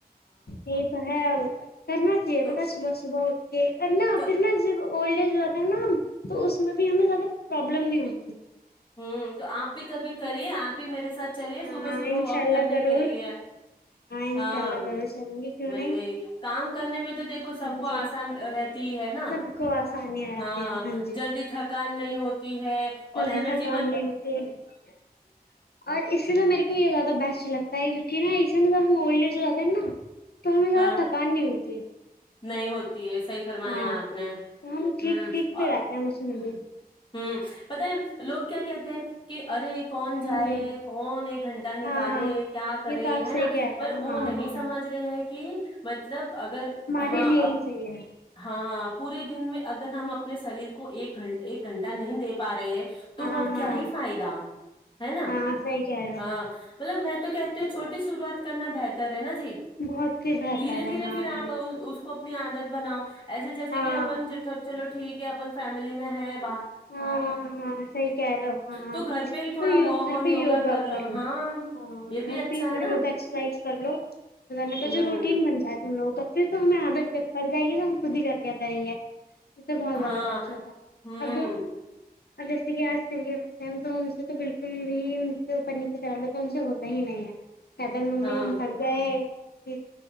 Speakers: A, on the left; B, on the left.
A: یہ تو ہے آ کرنا چاہے
B: تو
A: بتا صبح صبح اٹھ پھر
B: ک
A: ج اولڈ ایج ہو جتا ہے نا تو اس میں بھی ہمیں زیادہ پرابلم نہیں ہوتی
B: ہوں تو آپ بھی کبھی کریے آپ بھی میرے ساتھ چلیے
A: ہاں
B: صبح صبح
A: انشاء
B: واک
A: اللہ
B: کرنے
A: ضرور
B: کے لیے
A: انشاء
B: ہاں
A: اللہ ضرور چلیں گے کیوں
B: وہی
A: نہیں
B: وہی کام کرنے میں تو دیکھو سب
A: ہاں
B: کو
A: جی
B: آسان رہتی ہی ہے نا
A: سب کو آسانی رہتی
B: ہاں
A: ہے جی
B: جلدی تھکان نہیں ہوتی ہے
A: جلدی
B: اور اینرجی
A: اور اس میں میرے کو یہ زیادہ بس لگتا ہے کیونکہ نہا اسن تو مول جوتے ہیں نا تو ہمیں زیادہ
B: ہاں
A: تھکان نہیں ہوتی ہے
B: نہیں ہو یہ صحی فرمایا
A: ہاں
B: آپ نے
A: تو ہم ٹھیک
B: ہ
A: ٹھیک سے
B: اور
A: رہتے ہیں اس میں
B: ہ
A: بھی
B: ہ پت ہے لوگ کیا کہتے ہیں کہ ارے کون
A: ہاں
B: جائے
A: جی
B: کون ایک گھنٹہ نکالے
A: ہاں
B: کیا کرے
A: یہ تو آپ
B: ہے
A: صحیح
B: نا
A: کہہ
B: پر
A: رہے ہو
B: وہ
A: ہاں
B: نہیں
A: ہاں
B: سمجھ رہے ہیں کہ مطلب اگر
A: میرے
B: ہاں
A: لیے
B: اب
A: ہی صحیحے
B: ہاں پورے دن میں اگر ہم اپنے شریر کو ایک گھنٹ ایک گھنٹہ نہیں دے پا رہے ہیں تو
A: ہاں
B: اب
A: ہاں
B: کیا ہی فائدہ ہے نا
A: ہاں صحیح کہہ رہے
B: ہاں
A: ہو
B: مطلب میں تو کہتی ہوں
A: آپ
B: چھوٹی شروعات کے کرنا بہتر ہے نا جی
A: بہت ہی بہتر
B: دھیرے دھیرے
A: ہے ہاں
B: پھر
A: ہم
B: آپ اس کو اپنی عادت بناؤ ایسے جیسے
A: ہاں
B: کہ اپنوٹ چھوٹ ٹھیک ہے اپن فیملی میں ہے
A: ہاں ہ ہاں صحیح کہہ رہا ہ ہاں
B: تو گھر پہ ہی تھوڑا
A: تو
B: واک
A: گھر
B: اور
A: پہ یوگا
B: کر
A: کرو
B: لو ہاں
A: ہ
B: یہ
A: گھر
B: بھی اچھا
A: پہ ہی تھوڑی
B: ہے نا
A: بہت ایکسرسائز کر لو اان کا
B: ہوں
A: جو روٹین بن جائے تم لوگوں کا پھر تو ہمیں عدت جب پڑ جائے گی تو ہم خود ہی کر لیا کریں گے تو بہت
B: ہاں
A: زیادہ بہتر تھا
B: ہوں
A: اور اب جیسے کہ آج کل کے بچے ہیں تو ان سے تو بالکل بھی ان سے اوپر نیچے چال ل تو ان سے ہوتا ہی نہیں ہے کہتے ہیں ممی
B: ہاں
A: ہم تھک گئے